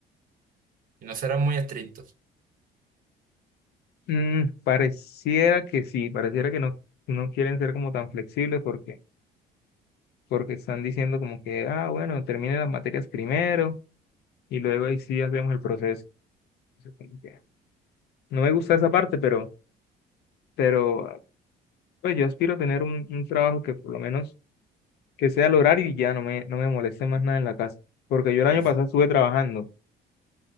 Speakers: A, on the right; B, on the left.
A: y no serán muy estrictos.
B: Mm, pareciera que sí, pareciera que no, no quieren ser como tan flexibles porque, porque están diciendo como que, ah, bueno, termine las materias primero y luego ahí sí hacemos el proceso. Entonces, como que No me gusta esa parte, pero, pero pues yo aspiro a tener un, un trabajo que por lo menos que sea al horario y ya no me, no me moleste más nada en la casa. Porque yo el
A: Eso.
B: año pasado estuve trabajando,